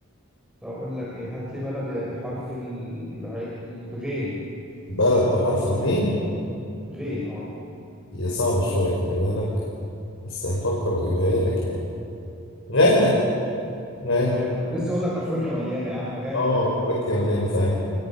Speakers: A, in the centre; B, on the left.
A: طب اقول لك ايه هات لي بلد يا بحرف الع... الغين
B: بلد بحرف الغين
A: غين اه
B: هي صعبة شوية خلي بالك بس هفكر وأجيبها لك يعني غانا غانا
A: غانا كنت لسه اقول لك افريقيا مليانه يا عم غانا
B: اه
A: وغينيا
B: أفريقيا مليانة زعيم